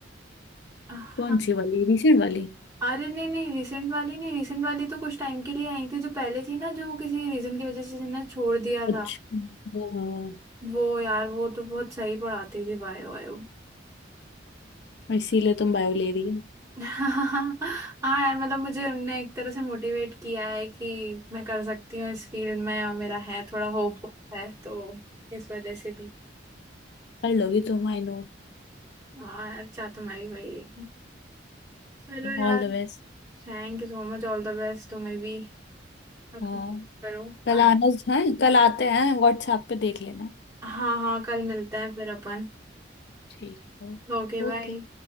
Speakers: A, on the right (about 15°); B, on the left (about 60°).
A: अ, हाँ
B: कौन सी वाली रिसेंट वाली
A: अरे नहीं नहीं रिसेंट वाली नहीं रिसेंट वाली तो कुछ टाइम के लिए आई थी जो पहले थी ना जो किसी रीजन की वजह से ना छोड़ दिया
B: अच्छा
A: था
B: हाँ
A: वो यार वो तो बहुत सही पढ़ाती थी बायो वायो
B: और इसीलिए तुम बायो ले रही हो
A: <laughs> हाँ यार मतलब मुझे उनने एक तरह से मोटिवेट किया है कि मैं कर सकती हूँ इस फील्ड में और मेरा है थोड़ा होप है तो इस वजह से भी
B: कर लोगी तुम I know
A: हाँ यार चाह तो मैं भी वही रही हूँ चलो यार
B: All the best
A: Thank you so much all the best तुम्हें भी अब
B: हाँ
A: करो
B: <clears throat> कल
A: हाँ
B: आना है कल आते हैं व्हाट्सएप पे देख लेना
A: हाँ हाँ, कल मिलते हैं फिर अपन
B: ठीक है
A: Okay bye
B: ओके